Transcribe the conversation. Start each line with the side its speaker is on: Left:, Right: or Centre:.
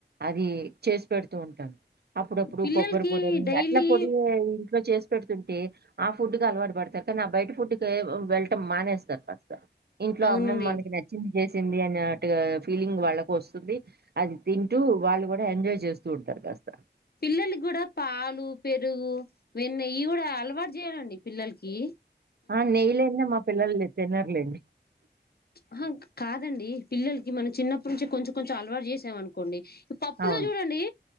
Right: అది చేసి పెడుతూ ఉంటాన్ అప్పుడప్పుడు
Left: పిల్లలకి
Right: కొబ్బరి పొడని
Left: డైలీ
Right: అట్లా పొడి ఇంట్లో చేస్ పెడుతుంటే ఆ ఫుడ్డు కు అలవాటు పడతారు కానీ నా బయట ఫుడ్డు కేవ్ వ్ వెళ్టం మానేస్తార్ ఫస్ట్ ఇంట్లో
Left: అవునండి
Right: అమ్మ మనకి నచ్చింది చేసింది అనాట్ ట్టుగ ఫీలింగ్ వాళ్ళకొస్తుంది అది తింటూ వాళ్ళు కూడా ఎంజాయ్ చేస్తూ ఉంటార్ కాస్త
Left: పిల్లలక్ కూడా పాలు పెరుగు వెన్నె ఇయ్ కూడా అలవాటు చేయాలండి పిల్లల్కి
Right: ఆ నెయ్యిలేందే మా పిల్లలు తినర్లేండి
Left: ఆహ్ కాదండి పిల్లల్కి మనం చిన్నప్పట్నుంచి కొంచెం కొంచెం అలవాటు చేసామనుకోండి పప్పులో
Right: అవును
Left: చూడండి